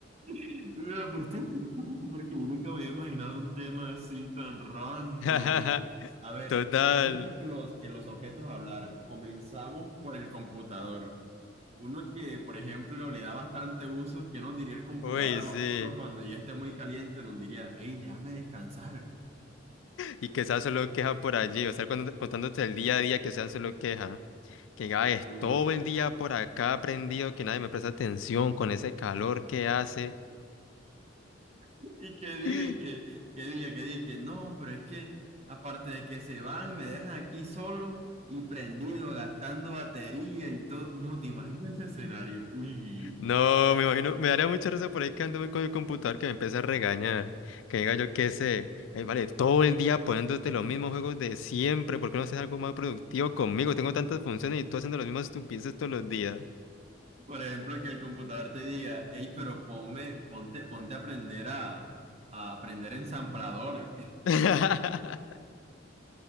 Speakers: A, on the right; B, on the left.
A: Me la pusiste difícil porque yo nunca me había imaginado un tema así tan random.
B: <laughs>
A: A ver,
B: total.
A: imagínate que los, que los objetos hablaran. Comenzamos por el computador. Uno que, por ejemplo, le da bastante uso, ¿qué nos diría el computador
B: Uy,
A: a
B: sí.
A: nosotros cuando ya esté muy caliente? Nos diría, hey, déjame descansar.
B: Y que sea solo queja por allí, o sea, cuando- contándote el día a día que sean solo queja. Que ay, es
A: Uh.
B: todo el día por acá prendido, que nadie me presta atención con ese calor que hace.
A: Y que diga
B: <laughs>
A: y que, que diga, que diga, que no, pero es que aparte de que se van, me dejan aquí solo y prendido, gastando batería y todo. No, te imaginas ese escenario. Uy,
B: No, me imagino, me daría mucha risa por ahí quedándome con el computador que me empieza a regañar. Que diga yo qué sé, eh, vale, todo el día poniéndote los mismos juegos de siempre, ¿por qué no haces algo más productivo conmigo? Tengo tantas funciones y tú haciendo las mismas estupideces todos los días.
A: por ejemplo, que el computador te diga, hey, pero ponme, ponte, ponte a aprender a, a aprender ensamblador.
B: <laughs>